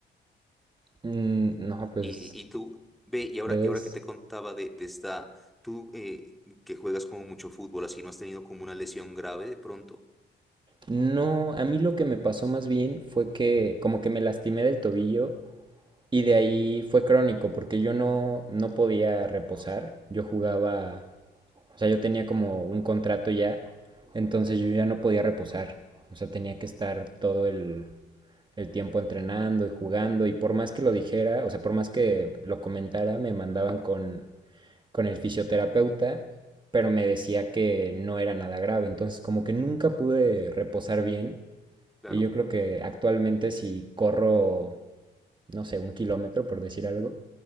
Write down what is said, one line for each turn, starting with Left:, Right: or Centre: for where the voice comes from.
Right: Mm, no, pues
Centre: Y, y tú, ve, y ahora,
Right: debes...
Centre: y ahora que te contaba de, de esta, tú eh, que juegas como mucho fútbol, así no has tenido como una lesión grave de pronto.
Right: No, a mí lo que me pasó más bien fue que como que me lastimé del tobillo Y de ahí fue crónico, porque yo no, no podía reposar. Yo jugaba, o sea, yo tenía como un contrato ya, entonces yo ya no podía reposar. O sea, tenía que estar todo el, el tiempo entrenando y jugando. Y por más que lo dijera, o sea, por más que lo comentara, me mandaban con, con el fisioterapeuta, pero me decía que no era nada grave. Entonces, como que nunca pude reposar bien.
Centre: Claro.
Right: Y yo creo que actualmente si corro, no sé, un kilómetro, por decir algo,